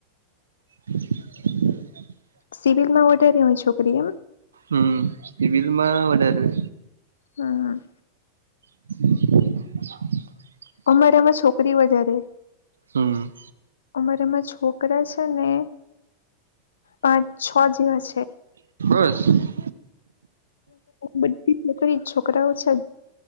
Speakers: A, on the right; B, on the left.
A: <inaudible>
B: સિવિલ માં વધારી હોય, છોકરી એમ
A: હમ, બિલમાં વધારે
B: હમ
A: <inaudible>
B: અમારેમાં છોકરી, વધારે
A: હમ
B: અમારામાં છોકરા છેને, પાંચ છ જેવા છે.
A: બસ
B: બધી છોકરી છોકરાઓ છે.